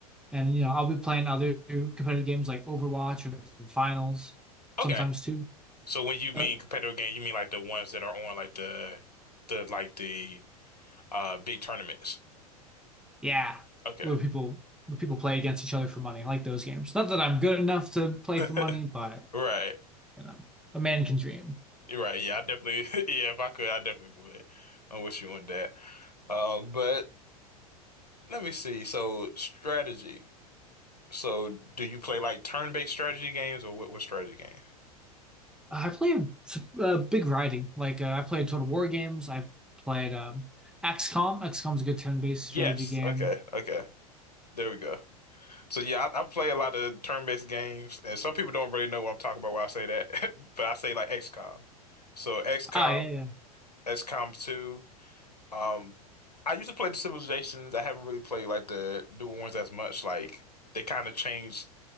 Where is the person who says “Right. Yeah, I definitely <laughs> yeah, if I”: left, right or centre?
Left